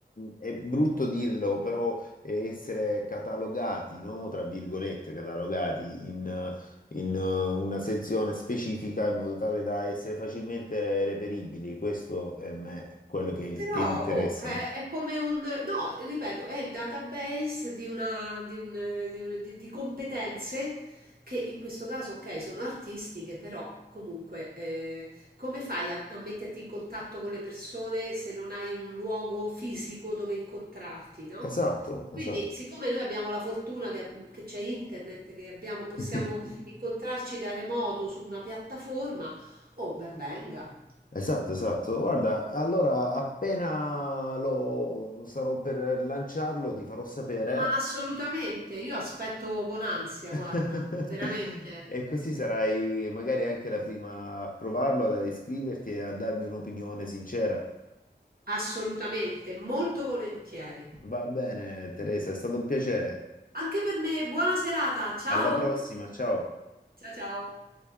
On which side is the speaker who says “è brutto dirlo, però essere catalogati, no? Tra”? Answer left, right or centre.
Left